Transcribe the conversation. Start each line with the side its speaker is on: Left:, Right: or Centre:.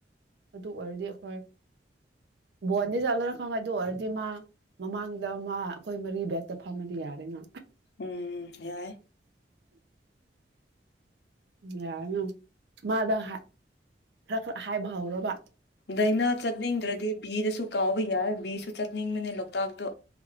Right: ꯑꯗꯨ ꯑꯣꯏꯔꯗꯤ ꯑꯩꯈꯣꯏ ꯕꯣꯟꯗꯤ ꯆꯠꯂꯣꯏꯔ ꯈꯪ ꯑꯗꯨ ꯑꯣꯏꯔꯗꯤ ꯃꯥ ꯃꯃꯥꯡꯗ ꯃꯥ ꯑꯩꯈꯣꯏ ꯃꯔꯤ ꯕꯦꯛꯇ ꯐꯝꯃꯗꯤ ꯌꯥꯔꯦꯅꯥ
Left: ꯎꯝ ꯌꯥꯏ
Right: ꯌꯥꯔꯅꯤ ꯃꯥꯗ ꯍ ꯥ ꯈꯔ ꯈꯔ ꯍꯥꯏꯕ ꯍꯧꯔꯣꯕ
Left: ꯗꯥꯏꯅꯥ ꯆꯠꯅꯤꯡꯗ꯭ꯔꯗꯤ ꯕꯤ ꯗꯨꯁꯨ ꯀꯥꯎꯕ ꯌꯥꯏ ꯕꯤ ꯁꯨ ꯆꯠꯅꯤꯡ ꯃꯂꯦ ꯂꯣ ꯇꯥꯛꯇ